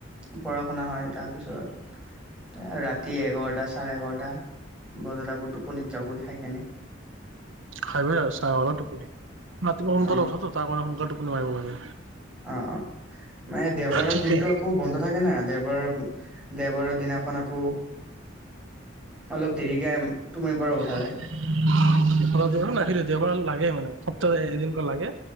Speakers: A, in the centre; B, on the right.
A: পঢ়া শুনা হয় তাৰ পিছত এ ৰাতি এঘাৰটা চাৰে এঘাৰটা বজাত আকৌ টোপনিত যাওঁগৈ খাই কেনে।
B: খাই লৈ আৰু চাৰে এঘাৰটাত টোপনি। ৰাতিপুৱা সোনকালে
A: অ
B: উঠাতো তাৰ কাৰণে সোনকালে টোপনি মাৰিব লাগে
A: অ অ ম দেওবাৰৰ
B: ঠিকে
A: দিনতটো আকৌ বন্ধ থাকে না, দেওবাৰৰ দেওবাৰৰ দিনাখন আকৌ অলপ দেৰিকে টোপনিৰ পৰা
B: অ দে <unintelligible>
A: উঠা যায়
B: দেওবাৰ লাগে মানে, সপ্তাহত এদিনকৈ লাগে,